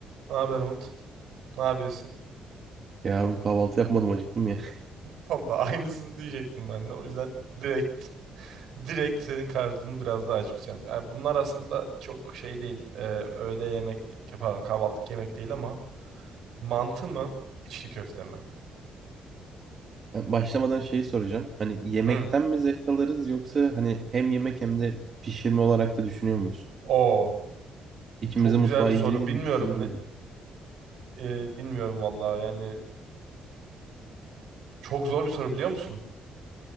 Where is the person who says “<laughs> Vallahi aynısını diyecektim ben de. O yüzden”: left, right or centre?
Right